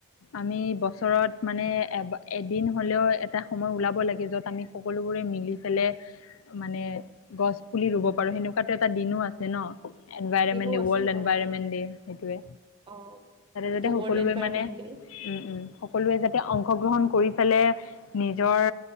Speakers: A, on the left (about 70°); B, on the right (about 25°).
A: আমি বছৰত মানে এ এদিন হলেও এটা সময় ওলাব লাগে যত আমি সকলোবোৰে মিলি পেলাই মানে গছ পুলি ৰুব পাৰো সেনেকুৱাতো এটা দিনো আছে ন। এনভাইৰমেন্ট
B: দিনো
A: দ
B: আছে
A: ৱৰ্ল্ড
B: হয়
A: এনভাইৰমেন্ট দ সেইটোৱে
B: অ সেইটো
A: ততে সকলোৱে
B: ৱৰ্ল্ড এনভাইৰনমেন্ট
A: মানে
B: ডে
A: উম উম! সকলোৱে যাতে অংশগ্ৰহণ কৰি পেলাই নিজৰ